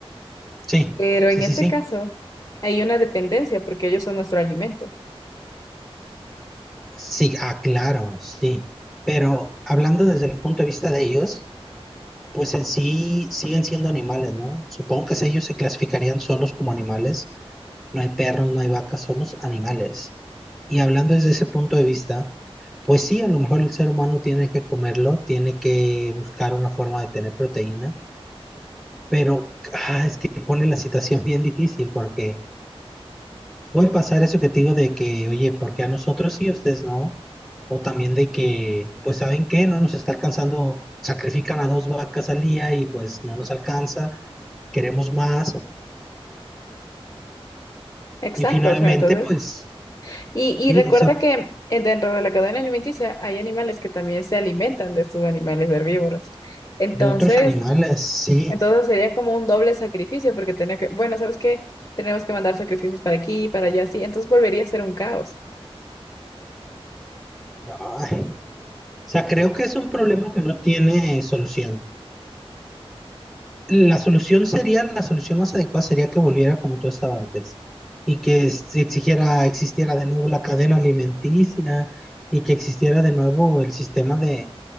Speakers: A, in the centre; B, on the left.
A: sí,
B: Pero
A: sí,
B: en
A: sí,
B: este
A: sí.
B: caso hay una dependencia porque ellos son nuestro alimento.
A: Sí, ah, claro, sí. Pero hablando desde el punto de vista de ellos, pues en sí siguen siendo animales, ¿no? Supongo que ellos se clasificarían solos como animales. No hay perros, no hay vacas, somos animales. Y hablando desde ese punto de vista, pues sí, a lo mejor el ser humano tiene que comerlo, tiene que buscar una forma de tener proteína, pero ah, es que pone la situación <laughs> bien difícil porque Puede pasar eso que te digo de que, oye, ¿por qué a nosotros sí, a ustedes no? O también de que, pues, ¿saben qué? No nos está alcanzando, sacrifican a dos vacas al día y pues no nos alcanza, queremos más.
B: Exacto,
A: Y finalmente,
B: o sea, entonces.
A: pues,
B: Y, y
A: sí,
B: recuerda
A: o sea,
B: que eh, dentro de la cadena alimenticia hay animales que también se alimentan de estos animales herbívoros. Entonces,
A: de otros animales, sí.
B: entonces sería como un doble sacrificio porque tenía que, bueno, ¿sabes qué? Tenemos que mandar sacrificios para aquí, para allá, sí. Entonces volvería a ser un caos.
A: Ay, O sea, creo que es un problema que no tiene solución. La solución sería, la solución más adecuada sería que volviera como tú estaba antes y que es- exigiera, existiera de nuevo la cadena alimenticia y que existiera de nuevo el sistema de...